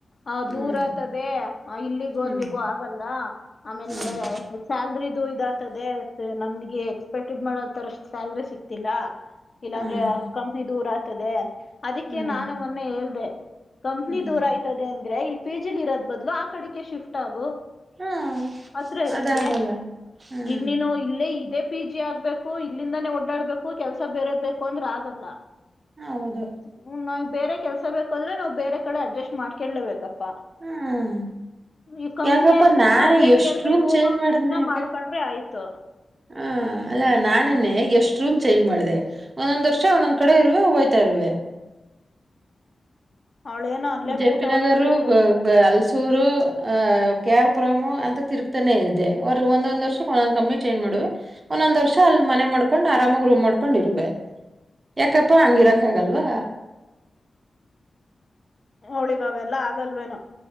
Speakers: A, on the left; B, on the right.
A: ಆ
B: ಹ್ಮ್
A: ದೂರ ಆತದೆ <unintelligible> ಆ ಇಲ್ಲಿಗೂ
B: ಹ್ಮ್
A: ಅಲ್ಲಿಗೂ ಆಗಲ್ಲ ಆಮೇಲೆ
B: ಹ್ಮ್
A: ಸ್ಯಾಲ್ರಿದು ಇದು ಆತ್ತದೆ ನಮ್ಗೆ ಎಕ್ಸ್ಪೆಕ್ಟೆಡ್ ಮಾಡೋ ತರಷ್ಟ್ ಸ್ಯಲ್ರಿ ಸಿಕ್ತಿಲ್ಲ ಇಲ್ಲಾಂದ್ರೆ
B: ಹ್ಮ್
A: ಕಂಪ್ನಿ ದೂರ ರ್ತದೆ <unintelligible> ಅದಕ್ಕೆ
B: ಹ್ಮ್
A: ನಾನು ಮೊನ್ನೆ ಹೇಳ್ದೇ ಕಂಪ್ನಿ
B: ಹ್ಮ್
A: ದೂರ ಆಯ್ತದೆ ಅಂದ್ರೆ ಇಲ್ಲ ಪೇಜಿಲ್ ಇರೋದ ಬದ್ಲು ಆ ಕಡೆ ಶಿಫ್ಟ್ ಆಗು
B: ಹ್ಮ್
A: ಹತ್ರ ಇರಂಗೆ
B: ಅದಾಗಲ್ಲ ಹ್ಮ್
A: ಈಗ ನೀನು ಇಲ್ಲ್ ಅಲ್ಲ ಇದೇ ಪಿ ಜಿ ಆಗ್ಬೇಕು ಇಲ್ಲಿಂದಾನೇ ಓಡಾಡ್ಬೇಕು ಕೆಲ್ಸ ಬೇರೆ ಬೇಕು ಅಂದ್ರೆ ಆಗಲ್ಲ
B: ಹೌದು
A: <unintelligible> ಬೇರೆ ಕೆಲ್ಸ ಬೇಕ ಅಂದ್ರೆ ನಾವು ಬೇರೆ ಕಡೆ ಅಡ್ಜಸ್ಟ್ ಮಾಡಕೇಳ್ಲೇಬೇಕ ಪ್ಪ
B: ಹ್ಮ್
A: ಈ ಕಂಪ್ನಿ
B: ಯಾಕಪ್ಪ
A: ಎಲ್ಲಿ ಇರುತ್ತ
B: ನಾನೇ
A: ಅಲ್ಲೇ
B: ಎಷ್ಟ್
A: ನಿಯರ್ ಬೈ
B: ರೂಮ್
A: ರೂಮೋ
B: ಚೇಂಜ್
A: ಪಿ
B: ಮಾಡಿದ್ನೆ
A: ಜಿ ನೋ
B: ಯಾಕೆ
A: ಮಾಡ್ಕೊಂಡ್ರೆ ಆಯ್ತು.
B: ಹಾ ಅಲ್ಲಾ ನಾನೇನೆ ಎಷ್ಟ್ ರೂಮ್ ಚೇಂಜ್ ಮಾಡಿದೆ ಒಂದೊಂದ್ ವರ್ಷ ಒಂದೊಂದ್ ಕಡೆ ಇರುವೆ ಹೋಯ್ತಾ ಇರುವೆ.
A: ಅವಳೇನೋ ಅಲ್ಲೇ
B: ಜೆಪಿ
A: ಗೂಟ
B: ನಗರು
A: ಹೊಡ್ಕೊಂಡ್ ಕುತ್ಕೋಬಿಟ್ಟವ್ಳೆ
B: ಗ ಗ ಅಲ್ಸೂರು ಅ ಕೇ ಆರ್ ಪುರಮ್ಮು ಅಂತ ತಿರುಗ್ ತಾನೆ ಇದ್ದೆ ಅವ್ರ್ ಒಂದೊಂದ್ ವರ್ಷ ಒಂದೊಂದ್ ಕಂಪ್ನಿ ಚೇಂಜ್ ಮಾಡುವೆ ಒಂದೊಂದ್ ವರ್ಷ ಅಲ್ ಮನೆ ಮಾಡ್ಕೊಂಡ್ ಆರಾಮಾಗಿ ರೂಮ್ ಮಾಡ್ಕೊಂಡ್ ಇರುವೆ. ಯಾಕಪ್ಪಾ ಹಂಗಿರಕ್ ಆಗಲ್ವಾ.
A: ಅವ್ಳಿಗೆ ಅವೆಲ್ಲ ಆಗಲ್ವೇನೋ.